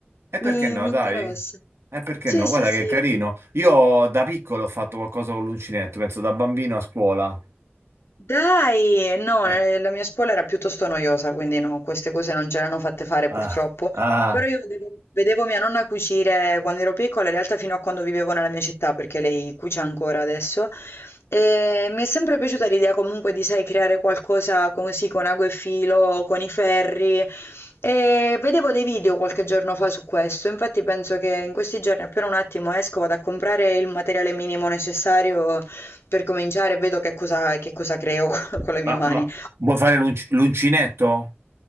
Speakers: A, on the right; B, on the left.
A: e perché
B: mi,
A: no,
B: mi
A: dai?
B: interessa.
A: E perché
B: Sì,
A: no? Guarda
B: sì, sì.
A: che carino. Io da piccolo ho fatto qualcosa con l'uncinetto, penso da bambino a scuola.
B: Dai! No,
A: Eh,
B: eh, la mia scuola era piuttosto noiosa, quindi no, queste cose non ce le hanno fatte fare
A: ah,
B: purtroppo.
A: ah,
B: Però io vedevo, vedevo mia nonna cucire quando ero piccola, in realtà fino a quando vivevo nella mia città, perché lei cuce ancora adesso. E mi è sempre piaciuta l'idea comunque di, sai, creare qualcosa così con ago e filo, con i ferri. E vedevo dei video qualche giorno fa su questo, infatti penso che in questi giorni appena un attimo esco vado a comprare il materiale minimo necessario per cominciare vedo che cosa, che cosa creo <laughs> con le mie
A: ma,
B: mani.
A: ma vuoi fare l'unc- l'uncinetto?